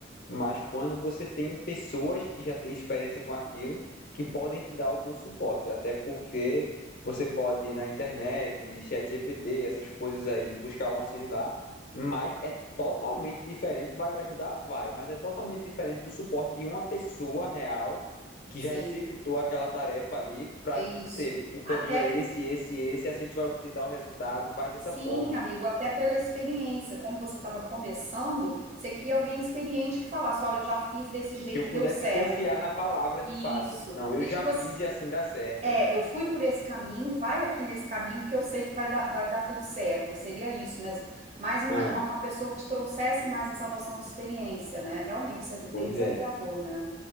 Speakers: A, on the left; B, on the right.
A: mas quando você tem pessoas que já têm experiência com aquilo, que podem te dar algum suporte, até porque você pode ir na internet, em ChatGPT, essas coisas aí, buscar um auxílio lá, mas é totalmente diferente, vai lhe ajudar? Vai, mas é totalmente diferente do suporte de uma pessoa real que
B: Sim,
A: já executou aquela tarefa ali para
B: é
A: te
B: isso.
A: dizer, o caminho
B: Até
A: é esse, esse, esse, assim tu vai obter tal resultado, faz dessa
B: sim,
A: forma.
B: amigo, até pela experiência, como você estava começando, você queria alguém experiente que falasse, olha, eu já fiz desse jeito
A: Que eu
B: e
A: pudesse
B: deu certo.
A: confiar na palavra de
B: Isso.
A: fato. Não, eu
B: E
A: já
B: tipo
A: fiz
B: assim,
A: e assim dá certo.
B: É, eu fui por esse caminho, vai aqui nesse caminho, porque eu sei que vai dar, vai dar tudo certo. Seria isso, né? Mais uma,
A: É,
B: uma, uma pessoa que te trouxesse mais essa noção de experiência, né? Realmente, isso é bem
A: pois
B: desafiador,
A: é.
B: né?